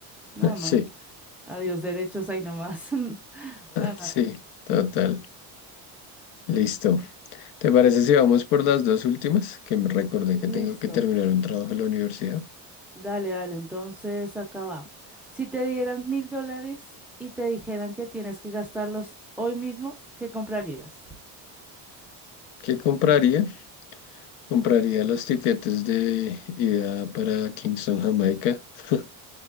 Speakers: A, in the centre; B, on the left.
A: No,
B: <laughs> Sí,
A: no. Adiós derechos ahí nomás. <laughs> No,
B: sí,
A: no.
B: total. Listo. ¿Te parece si vamos por las dos últimas? Que me recordé que
A: Listo.
B: tengo que terminar un trabajo en la universidad.
A: Dale, dale, entonces acá va. Si te dieran mil dólares y te dijeran que tienes que gastarlos hoy mismo, ¿qué comprarías?
B: ¿Qué compraría? Compraría los tiquetes de ida para Kingston, Jamaica. <laughs>